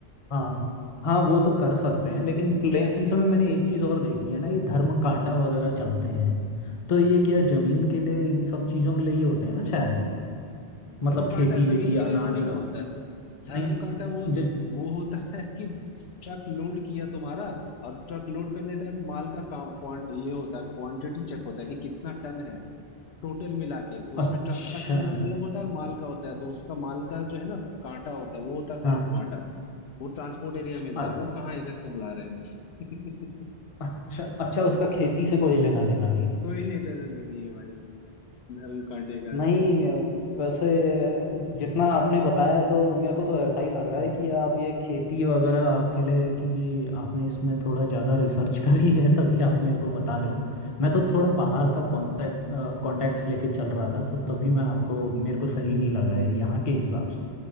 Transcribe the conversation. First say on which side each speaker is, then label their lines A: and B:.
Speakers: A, on the left; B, on the left.
A: हाँ हाँ वो तो कर सकते हैं लेकिन प्लेन्स में मैंने एक चीज़ और देखी है ना ये धर्म कांटा वगैरह चलते हैं तो ये क्या जमीन के लिए इन सब चीज़ों के लिए ही होते हैं ना शायद
B: धर्म
A: मतलब
B: कांटा
A: खेती
B: जमीन
A: वेती
B: के लिए
A: अनाज
B: थोड़ी ना होता है धर्म
A: नहीं
B: कांटा वो
A: जो
B: वो होता है कि ट्रक लोड किया तुम्हारा और ट्रक लोड करने टाइम माल का का- क्वां- ये होता है क्वांटिटी चेक होता है कि कितना टन है टोटल मिला के तो उसमें
A: अच्छा
B: ट्रक का टन अलग होता है और माल का होता है तो उसका माल का जो है ना कांटा होता है वो होता है धर्म
A: हाँ
B: कांटा वो ट्रांसपोर्ट एरिया मिलता
A: अ-
B: है वो कहाँ इधर तुम ला रहे हो <laughs>
A: अच्छा अच्छा उसका खेती से कोई लेना देना नहीं
B: कोई लेना देना नहीं है भाई धर्म काटेगा
A: नहीं वैसे जितना आपने बताया है तो मेरे को तो ऐसा ही लग रहा है कि आप ये खेती वगैरह आपके लिए क्योंकि आपने इसमें थोड़ा ज़्यादा रिसर्च <laughs> करी है तभी आप मेरे को बता रहे हो मैं तो थोड़ा पहाड़ का कॉन्टेक्ट कॉन्टेक्ट लेके चल रहा था तो तभी मैं आपको मेरे को सही नहीं लगा है यहाँ के हिसाब से